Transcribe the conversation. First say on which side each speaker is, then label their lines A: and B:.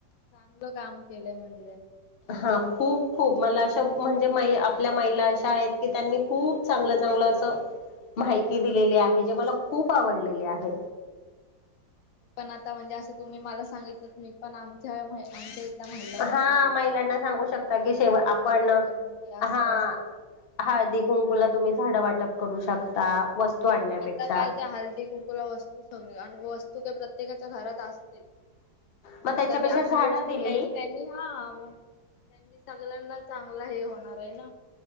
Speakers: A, on the left (about 80°); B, on the left (about 40°).
A: चांगलं काम केलंय म्हणे.
B: हा खूप खूप मला असे म्हणजे महि आपल्या महिला अशा आहेत की, त्यांनी खूप चांगलं चांगलं असं माहिती दिलेली आहे, जे मला खूप आवडलेले आहे.
A: पण आता म्हणजे असं तुम्ही मला सांगितलं मी पण आमच्या आमच्या इथल्या महिलांना
B: हा
A: सारू
B: महिलांना सांगू शकता, की शेव आपण
A: एकत्र
B: हा
A: करून की असं
B: हा.
A: असं करूया आपण
B: हळदी
A: पण
B: कुंकूला तुम्ही झाडं वाटप करू शकता. वस्तू
A: ते
B: आणण्यापेक्षा
A: ना आता काय ते हळदी कुंकुला वस्तू सगळे आणि वस्तू तू का प्रत्येकाच्या घरात असतेच. आपण
B: मग
A: एखादी
B: त्याच्यापेक्षा
A: अशी
B: झाडं
A: गोष्ट
B: दिली
A: घ्यायची त्यांनी हा मग त्यांनी सगळ्यांना चांगला हे होणार आहे ना.